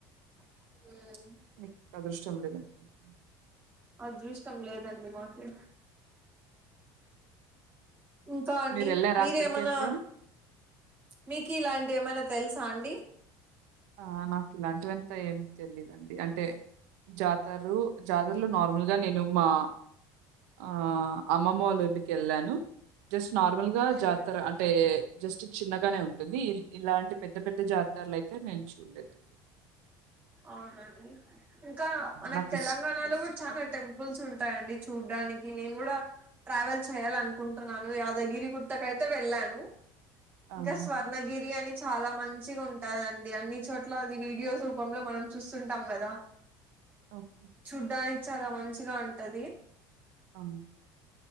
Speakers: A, on the right (about 20°); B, on the right (about 85°).
A: మ్
B: మీక్ అదృష్టం లేదనుకుంట అండి
A: అదృష్టం లేదండి మాకు ఇంకా అండి
B: మీరెళ్ళారా
A: మీరేమనా
B: అక్కడికి ఎప్పుడైనా?
A: మీకిలాంటి ఏమైనా తెల్సా అండి
B: ఆ నాక్ ఇలాంటివంత ఏం తెలీదండి అంటే జాతరు జాతరలో నార్మల్గా నేను మా ఆ అమ్మమ్మ వాళ్ళంటికి వెళ్ళాను జస్ట్ నార్మల్గా
A: ఉమ్
B: జాతర అంటే జస్ట్ చిన్నగానే ఉంటుంది ఇల్ ఇలాంటి పెద్ద పెద్ద జాతరలు అయి తె నేను చూలేేదండి
A: అవునండి ఇంకా మనకు
B: నాకిష్
A: తెలంగాణలో
B: ఇష్
A: కూడా చానా టెంపుల్స్ ఉంటాయండి చూడ్డాని నేను కూడా ట్రావెల్ చేయాలనుకుంటున్నాను యాదగిరి గుట్టకైతే వెళ్ళాను
B: ఆ!
A: ఇంకా
B: ఓకే.
A: స్వర్ణగిరి అని చాలా మంచిగా ఉంటదండి అన్ని చోట్ల అది వీడియోస్ కుపంలో మనం చూస్తుంటాం కదా
B: ఓకే.
A: చూడ్డాని చాలా మంచిగా ఉంటది
B: ఆ